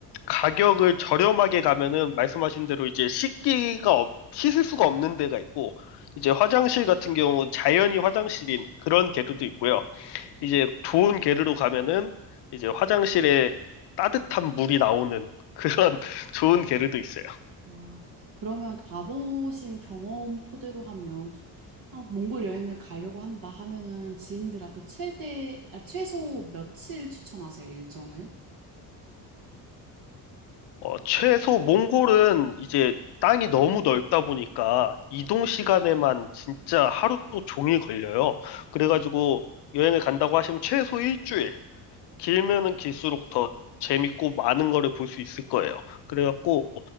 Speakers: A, on the left; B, on the right.
A: 가격을 저렴하게 가면은 말씀하신 대로 이제 씻기가 없, 씻을 수가 없는 데가 있고 이제 화장실 같은 경우 자연이 화장실인 그런 게르도 있고요. 이제 좋은 게르로 가면은 이제 화장실에 따뜻한 물이 나오는 그런 <laughs> 좋은 게르도 있어요.
B: 와. 그러면 가보신 경험 토대로 하면, 아, 몽골 여행을 가려고 한다 하면은 지인들한테 최대, 아, 최소 며칠 추천하세요, 일정을?
A: 어, 최소 몽골은 이제 땅이 너무 넓다 보니까 이동 시간에만 진짜 하루 종일 걸려요. 그래가지고 여행을 간다고 하시면 최소 일주일, 길면은 길수록 더 재밌고 많은 거를 볼 수 있을 거예요. 그래갖고